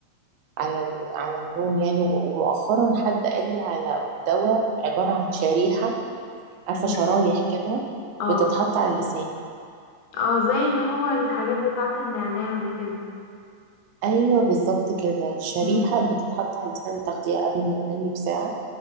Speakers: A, on the right; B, on the left.
A: على ال على النوم يعني و- ومؤخرا حد قال لي على دواء عبارة عن شريحة عارفة
B: أمم.
A: شرايح كده
B: اه
A: بتتحط على اللسان
B: اه زي اللي هو الحاجات بتاعة النعناع وكده
A: ايوه بالظبط كده الشريحه
B: امم
A: بتتحط على لسان التغذيه قبل ما تنامي بساعه